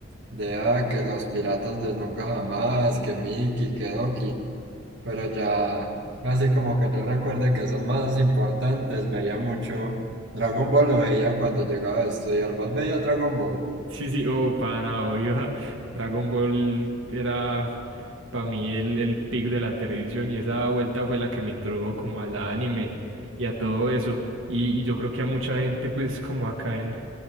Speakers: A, on the right (about 65°); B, on the right (about 85°).
A: de ah, que los piratas de Nunca Jamás, que Mickey, que Doki, pero ya, así como que yo recuerde que son más importantes, veía mucho Dragon Ball, lo veía cuando llegaba a estudiar, ¿vos veías Dragon Ball?
B: Sí, sí, oh, pana, obvio. <laughs> ja. Dragon Ball era para mí el, el pick de la televisión y esa vuelta fue la que me introdujo como al anime y a todo eso. Y, y yo creo que a mucha gente, pues como acá en